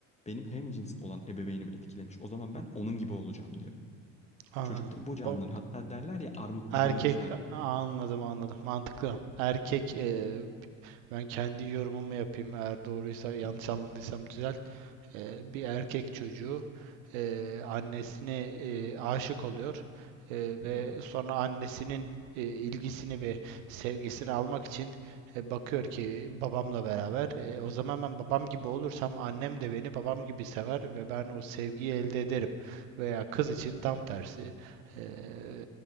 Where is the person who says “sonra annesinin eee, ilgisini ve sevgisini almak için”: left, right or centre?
Right